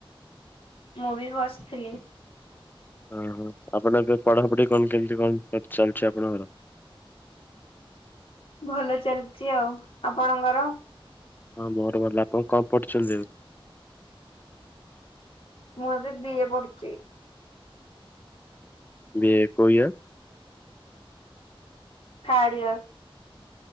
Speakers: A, on the left; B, on the left.
A: ମୁଁ ବି ବସିଥିଲି।
B: ଅହଁ ଆପଣ ଏବେ ପଢାପଢି କଣ କେମିତି କଣ ଚାଲିଛି ଆପଣଙ୍କର?
A: ଭଲ ଚାଲିଛି ଆଉ ଆପଣଙ୍କର?
B: ହଁ ମୋର ଭଲ ଆପଣ କଣ ପଢୁଛନ୍ତି ଏବେ?
A: ମୁଁ ଏବେ ବି ଏ ପଢୁଛି।
B: ବିଏ କୋଉ ଇଅର?
A: Third year.